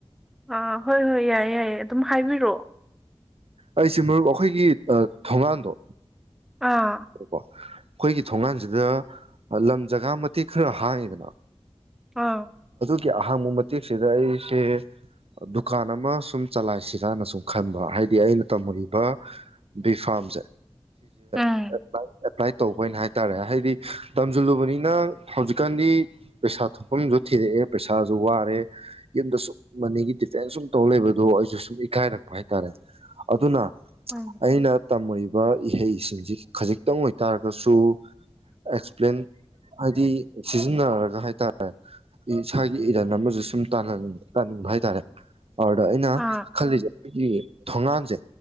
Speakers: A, in the centre; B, on the right.
A: ꯑ ꯍꯣꯏ ꯍꯣꯏ ꯌꯥꯏꯌꯦ ꯌꯥꯏꯌꯦ ꯑꯗꯨꯝ ꯍꯥꯏꯕꯤꯔꯛꯑꯣ
B: ꯑꯩꯁꯦ ꯃꯔꯨꯞ ꯑꯩꯈꯣꯏꯒꯤ ꯑꯥ ꯊꯣꯡꯒꯥꯟꯗꯣ
A: ꯑꯥ
B: ꯀꯣ ꯑꯩꯈꯣꯏꯒꯤ ꯊꯣꯡꯒꯥꯟꯁꯤꯗ ꯂꯝ ꯖꯒꯥ ꯃꯇꯦꯛ ꯈꯔ ꯍꯥꯡꯉꯤꯗꯅ
A: ꯑꯥꯎ
B: ꯒꯤ ꯑꯍꯥꯡꯕ ꯃꯇꯦꯛꯁꯤꯗ ꯑꯩꯁꯦ ꯗꯨꯀꯥꯟ ꯑꯃ ꯁꯨꯝ ꯆꯂꯥꯏꯁꯤꯔꯥꯅ ꯁꯨꯝ ꯈꯟꯕ ꯍꯥꯏꯗꯤ ꯑꯩꯅ ꯇꯝꯃꯨꯔꯤꯕ ꯕꯤ ꯐꯥꯝꯁꯦ
A: ꯎꯝ
B: ꯑꯦꯄ꯭ꯂꯥꯏ ꯇꯧꯕꯅ ꯍꯥꯏ ꯇꯔꯦ ꯍꯥꯏꯗꯤ ꯇꯝꯁꯤꯜꯂꯨꯕꯅꯤꯅ ꯍꯧꯖꯤꯛꯀꯥꯟꯗꯤ ꯄꯩꯁꯥ ꯊꯣꯛꯐꯝꯁꯨ ꯊꯤꯔꯛꯑꯦ ꯄꯩꯁꯥꯁꯨ ꯋꯥꯔꯦ ꯌꯨꯝꯗ ꯁꯨꯝ ꯃꯅꯤꯒꯤ ꯗꯤꯐꯦꯟꯁ ꯁꯨꯝ ꯇꯧ ꯂꯩꯕꯗꯣ ꯑꯩꯁꯨ ꯁꯨꯝ ꯏꯀꯥꯏꯔꯛꯄ ꯍꯥꯏꯇꯥꯔꯦ ꯑꯗꯨꯅ
A: ꯎꯝ
B: ꯑꯩꯅ ꯇꯝꯃꯨꯔꯤꯕ ꯕ ꯏꯍꯩꯁꯤꯡꯁꯤ ꯈꯖꯤꯛꯇꯪ ꯑꯣꯏ ꯇꯥꯔꯒꯁꯨ ꯑꯦꯛꯁꯄ꯭ꯂꯦꯟ ꯍꯥꯏꯗꯤ ꯁꯤꯖꯤꯟꯅꯔꯒ ꯍꯥꯏꯇꯥꯔꯦ ꯏꯁꯥꯒꯤ ꯏꯔꯟ ꯑꯃꯁꯨ ꯁꯨꯝꯅꯤꯡ ꯇꯥꯅꯤꯡꯕ ꯍꯥꯏꯇꯥꯔꯦ ꯑꯗꯨꯗ ꯑꯩꯅ
A: ꯑꯥ
B: ꯈꯜꯂꯤꯁꯦ ꯑꯩꯈꯣꯏꯒꯤ ꯊꯣꯒꯥꯟꯁꯦ